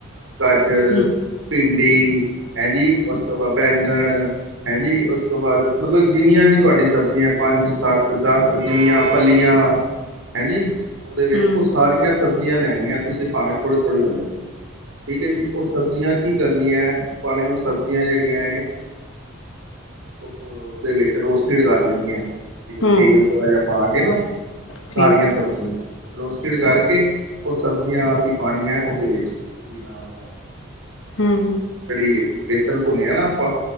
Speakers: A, on the right; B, on the left.
A: ਗਾਜਰ
B: ਹੂੰ
A: ਭਿੰਡੀ ਹੈਂ ਜੀ ਉਸ ਤੋਂ ਬਾਅਦ ਬੈਂਗਣ ਹਂਜੀ ਉਸ ਤੋਂ ਬਾਅਦ ਮਤਲਬ ਜਿੰਨੀਆਂ ਵੀ ਤੁਹਾਡੀ ਸਬਜ਼ੀਆਂ ਪੰਜ ਸੱਤ ਦੱਸ ਜਿਨੀਆ ਫਲੀਆਂ ਹਂਜੀ ਉਹਦੇ ਵਿੱਚ
B: ਹੂੰ
A: ਉਹ ਸਾਰੀਆਂ ਸਬਜ਼ੀਆਂ ਲੈਣੀਆਂ ਤੁਸੀਂ ਭਾਵੇਂ ਥੋੜ੍ਹੀ ਥੋੜ੍ਹੀ ਲੈ ਲਓ ਠੀਕ ਹੈ ਜੀ ਉਹ ਸਬਜ਼ੀਆਂ ਕੀ ਕਰਨੀਆਂ ਪਾਣੀ ਉਹ ਸਬਜ਼ੀਆਂ ਜਿਹੜੀਆਂ ਉਹਦੇ ਵਿੱਚ ਰੋਸਟਿਡ ਕਰ ਲੈਣੀ ਹੈ। ਜਿਵੇਂ
B: ਹੂੰ
A: ਤੇਲ ਥੋੜ੍ਹਾ ਜਿ ਪਾ ਕੇ ਨਾ
B: ਠੀਕ
A: ਸਾਰੀਆਂ ਸਬਜ਼ੀਆਂ
B: ਐ
A: ਰੋਸਟਿਡ ਕਰਕੇ ਉਹ ਸਬਜ਼ੀਆਂ ਅਸੀਂ ਪਾਣੀਆਂ ਉਹਦੇ ਵਿੱਚ ਆਹੋ
B: ਹੂੰ।
A: ਜਿਹੜੀ ਵੇਸਨ ਭੁੰਨਿਆ ਨਾ ਆਪਾਂ